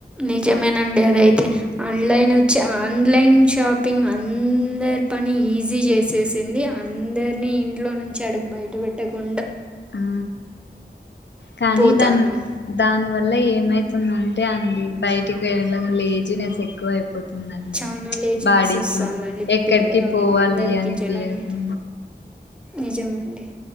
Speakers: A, in the centre; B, on the left (about 85°).
A: నిజమేనండి అదైతే ఆన్లైన్ వచ్చి ఆన్లైన్ షాపి పింగ్ అందరి పని ఈజీ చేసేసింది అందరినీ ఇంట్లో నుంచి అడుగు బయట పెట్టకుండా
B: ఆ కానీ
A: పోతాన్నాం
B: దాని దాని వల్ల ఏమైతుంద అంటే అండి బయటికి వెేళ్ళలెం లేజీనెస్ ఎక్కువ అయిపోతుంది అంతెనదండి
A: చాలా లేజినెస్
B: బాడీకి
A: వస్తుందండి
B: ఎక్కడికి
A: పిల్ ఆ, ఆమ్,
B: పోవాలి
A: ఎక్కడికి అందరికీ
B: అనిపియదు
A: వెళ్ళినా జనానికి నిజమండి